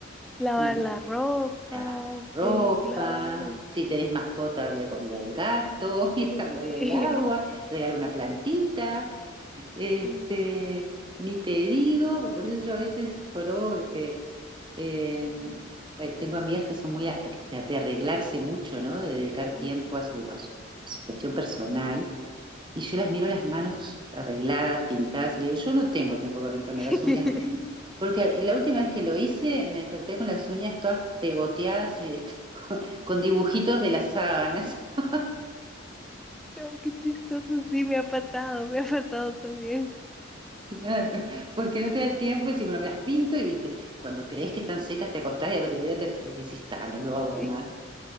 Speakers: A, in the centre; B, on the right.
A: Lavar
B: y,
A: la ropa,
B: lavar la ropa,
A: sí, claro.
B: si tenés mascota, darle comida al gato, <laughs> y
A: Sí.
B: cambiarle el agua, regar una plantita, este,
A: Sí.
B: ni te digo, por eso yo a veces jorobo porque eh, eh, tengo amigas que son muy a- que se- de arreglarse mucho, ¿no? De dedicar
A: Ah.
B: tiempo a su, a su, a su cuestión personal. Y yo las miro las manos arregladas, pintadas, y le digo, yo no tengo tiempo para pintarme
A: <laughs>
B: las uñas, porque la última vez que lo hice me desperté con las uñas todas pegoteadas, este, <laughs> con, con dibujitos de las sábanas. <laughs>
A: No, qué chistoso, sí, me ha pasado, me ha pasado también.
B: Claro, porque no te da el tiempo y decís, bueno, me las pinto y viste, cuando crees que están secas te acostás y al otro día te decís, ah, no lo hago
A: Sí,
B: más.